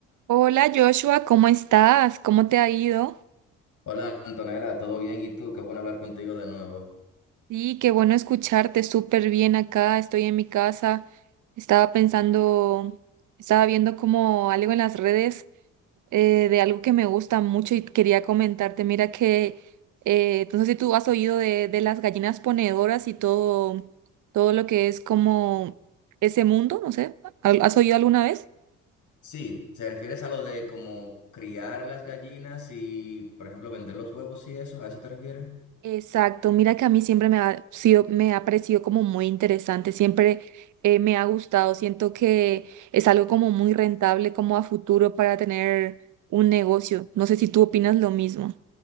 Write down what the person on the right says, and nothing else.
Hola Joshua, ¿cómo estás? ¿Cómo te ha ido?
Sí, qué bueno escucharte, súper bien acá, estoy en mi casa, estaba pensando, estaba viendo como algo en las redes eh, de algo que me gusta mucho y quería comentarte, mira que, eh, no sé si tú has oído de, de las gallinas ponedoras y todo, todo lo que es como ese mundo, no sé, ¿has oído alguna vez?
Exacto, mira que a mí siempre me ha sido, me ha parecido como muy interesante, siempre eh, me ha gustado, siento que es algo como muy rentable como a futuro para tener un negocio. No sé si tú opinas lo mismo,